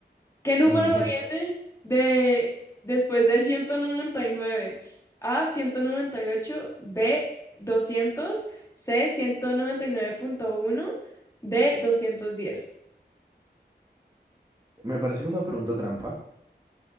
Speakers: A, on the left (about 15°); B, on the right (about 20°).
A: ¿Qué
B: <laughs>
A: número
B: Ok.
A: viene de después del ciento noventa y nueve A, ciento noventa y ocho B, doscientos C, ciento noventa y nueve punto uno D, doscientos diez
B: Me parece que una pregunta trampa.